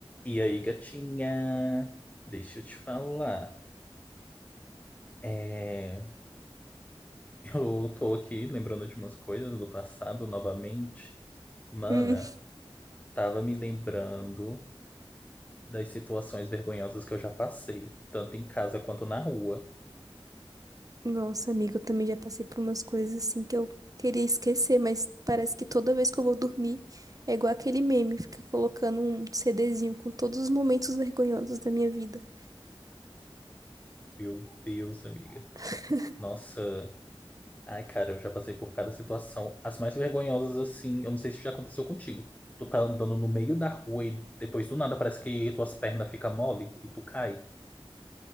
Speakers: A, on the left; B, on the right.
A: E aí, gatinha? Deixa eu te falar. É, eu tô aqui lembrando de umas coisas do passado novamente. Mana,
B: Hum,
A: tava me lembrando das situações vergonhosas que eu já passei, tanto em casa quanto na rua.
B: Nossa, amiga, eu também já passei por umas coisas assim que eu queria esquecer, mas parece que toda vez que eu vou dormir é igual aquele meme, fica colocando um CDzinho com todos os momentos vergonhosos da minha vida.
A: Meu Deus, amiga.
B: <laughs>
A: Nossa. Ai, cara, eu já passei por cada situação. As mais vergonhosas, assim, eu não sei se já aconteceu contigo. Tu tá andando no meio da rua e depois do nada parece que tuas pernas ficam mole e tu cai.